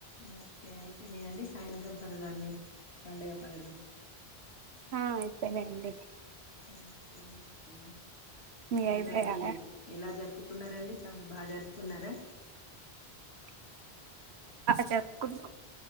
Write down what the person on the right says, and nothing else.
ఆ అయిపోయినాయి అండి.
మీయి
అయిపోయాయా
జరుపుకున్నాం